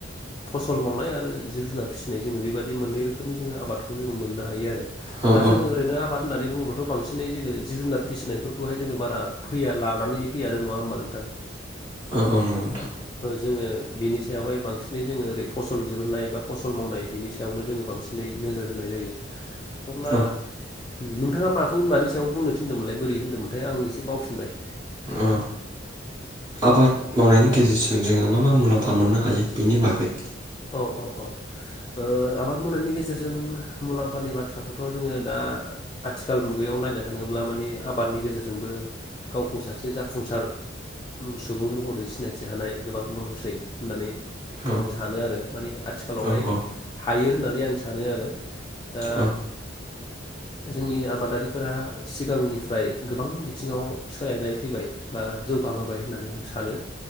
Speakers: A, on the left; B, on the right.
A: फसल मावनाय आरो जिब जुनार फिसिनाय जोङो बेबायदि मोननै रोखोमनि जोङो आबाद मोननो हायो आरो
B: औ
A: दा जो
B: औ
A: ओरैनो आबाद होननानै बुङोब्लाथ' बांसिनै जोङो जिब जुनार फिसिनायफोरखौहाय जोङो बारा फैया लानानै फैया आरो नङा होनबा नो नोंथां
B: औ औ नोंगौ नोंथां
A: जोङो बिनि सायावहाय बांसिनै जोङो ओरै फसल दिहुनन्नाय बा फसल मावनाय बिनि सायावनो जोङो बांसिनै नोजोर होनाय जायो अब्ला
B: औ
A: नोंथाङा माखौ मानि सायाव बुंनो थिनदोंमोनलाय बोरै होन्दोंमोनथाय आं एसे बावफिनबाय
B: अ आबाद मावनायनि गेजेरजों जोङो मा मा मुलाम्फा मोननो हायो बेनि बागै
A: औ औ औ ओ आबाद मावनायनि गेजेरजों मुलाम्फानि बाथ्राखौथ' जोङो दा आथिखाल मुगायाव नायनो थाङोब्ला मानि आबादनि गेजेरजोंबो गावखौ सासे जाफुंसार सुबुं महरै सिनायथि होनाय गोबां दंसै होननानै
B: औ
A: आं सानो आरो माने आथिखालावहाय
B: औ औ
A: हायो होननानै आं सानो आरो दा
B: औ
A: जोंनि आबादारिफोरा सिगांनिफ्राय गोबां बिथिङाव सोलायनाय फैबाय बा जौगाबोबाय होननानै आं सानो।